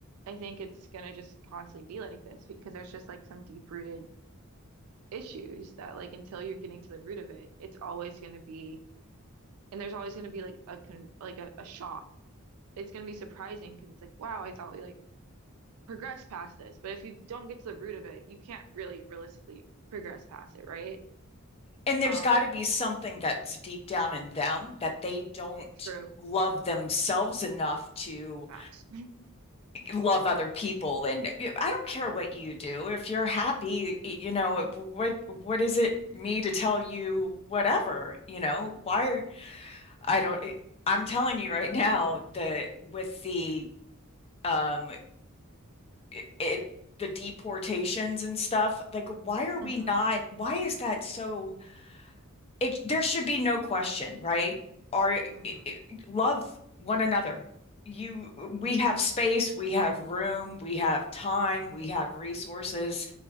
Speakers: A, on the right; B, on the left.
A: I think it's gonna just constantly be like this because there's just like some deep-rooted issues that like until you're getting to the root of it, it's always gonna be and there's always gonna be like a con like a, a shock it's going to be surprising because it's like, wow, I thought we like progressed past this. But if you don't get to the root of it, you can't really realistically progress past it, right?
B: And there's
A: Um,
B: got to be something that's deep down in them that they don't
A: True.
B: love themselves enough to
A: Facts.
B: love other people. And I don't care what you do. If you're happy, you know, what what is it me to tell you whatever, you
A: Mhm.
B: know? Why are I don't, it- I'm telling you right now that with the um i- it, the deportations and stuff, like why are we
A: Mm-hmm.
B: not, why is that so it there should be no question, right? Are
A: Mm-hmm.
B: i- i- love one another. You we have space, we have room, we have time, we have resources.